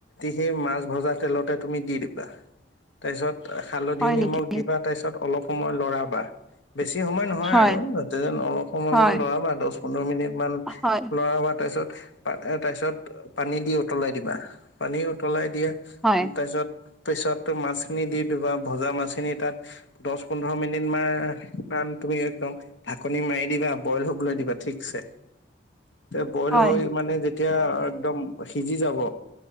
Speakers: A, on the left; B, in the centre.
A: সেই মাছ ভজা তেলতে তুমি দি দিম তাৰপিছত হালধি
B: হয়
A: নিমখ
B: নেকি?
A: দিবা তাৰ পিছত অলপ সময় লৰাবা বেছি সময় নহয়
B: হয়,
A: আৰু যাতে যেন অলপ সময়
B: হয়,
A: মান লৰা বা দহ পোন্ধৰ মিনিট মান
B: হয়,
A: লৰা বা তাৰপিছত তাৰ পিছত পানী দি উতলাই দিবা পানী উতলাই। দিয়ে
B: হয়,
A: উ তাৰপিছত। পিছত মাছখিনি দি বাা ভজা মাছখিনি তাত দহ পোন্ধৰ মিনিট মান। তুমি একদম ঢাকনি মাৰি দিবা বইল হবলৈ দিবা ঠিকছে। তে বইল
B: হয়।
A: হৈ মানে যেতিয়া একদম সিজি যাব।